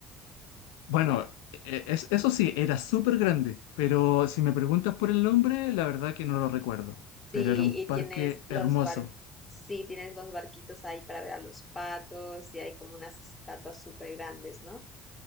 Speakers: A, on the left; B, on the left.
A: Bueno,
B: ¿no?
A: e- es- eso sí, era súper grande, pero si me preguntas por el nombre, la verdad que no lo recuerdo.
B: Sí,
A: Pero era un
B: y
A: parque
B: tienes los
A: hermoso.
B: bar, sí, tienes los barquitos ahí para ver a los patos y hay como unas estatuas súper grandes, ¿no?